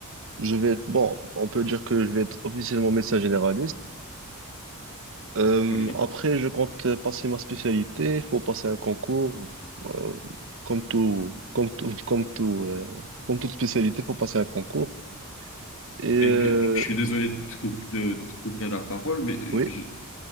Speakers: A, on the right (about 60°); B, on the left (about 65°).
A: je vais être, bon, on peut dire que je vais être officiellement médecin généraliste. Euh,
B: Oui.
A: après, je compte passer ma spécialité. Il faut passer un concours, euh, comme tout, comme tout, comme tout, euh, comme toute spécialité, il faut passer un concours. Et euh,
B: Et que, je suis désolé de te coup- de te couper la parole, mais tu
A: oui.